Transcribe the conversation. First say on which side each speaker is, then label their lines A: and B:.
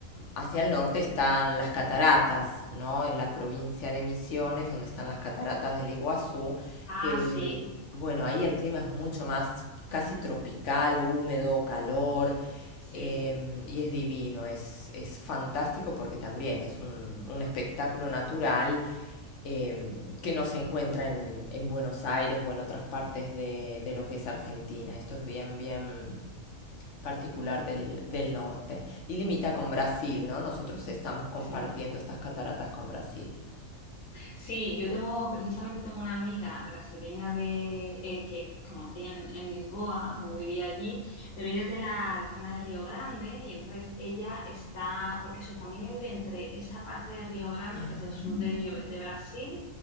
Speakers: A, on the left (about 60°); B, on the left (about 80°).
A: hacia el norte están las cataratas, ¿no? En la provincia de Misiones, donde están las cataratas del Iguazú,
B: Ah,
A: que el,
B: sí,
A: bueno, ahí el clima es mucho más casi tropical, húmedo, calor.
B: sí,
A: Em,
B: sí,
A: y es divino, es, es fantástico porque también es un, un espectáculo natural em, que no se encuentra en, en Buenos Aires o en otras partes de, de lo que es Argentina. Esto es bien, bien particular del, del norte. Y limita con Brasil, ¿no? Nosotros estamos compartiendo
B: sí.
A: estas cataratas con Brasil.
B: Sí, yo tengo, precisamente tengo una amiga brasileña de, eh, que, que conocí en, en Lisboa cuando vivía allí, pero ella es de la, la zona de Río Grande y entonces ella está, porque su familia vive entre esa parte de Río Grande,
A: Ah,
B: que es el sur de, de Brasil,